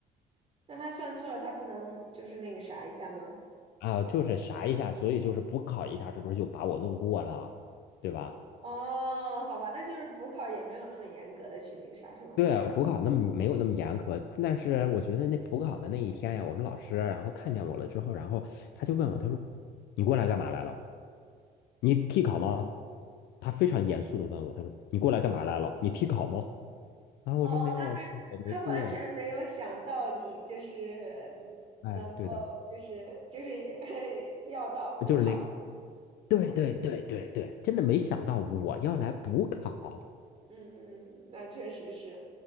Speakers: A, on the right; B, on the left.
A: 那他算错了，他不能就是那个啥一下吗？
B: 啊，就是啥一下，所以就是补考一下，这不是就把我弄过了，对吧？
A: 哦，好吧，那就是补考也没有那么严格的去那个啥，是吗？
B: 对啊，补考那么没有那么严格，但是我觉得那补考的那一天呀，我们老师然后看见我了之后，然后他就问我，他说：“你过来干嘛来了？你替考吗？”他非常严肃的问我，他说：“你过来干嘛来了？你替考吗？”然后我说：
A: 哦，
B: “没有，
A: 他没，
B: 老师，我没过。”
A: 他完全没有想到你就是嗯能够，
B: 哎，对的，
A: 就是就是也 <laughs> 要到补考，
B: 就是那个，对对对对对，真的没想到我要来补考。
A: 嗯嗯，那确实是，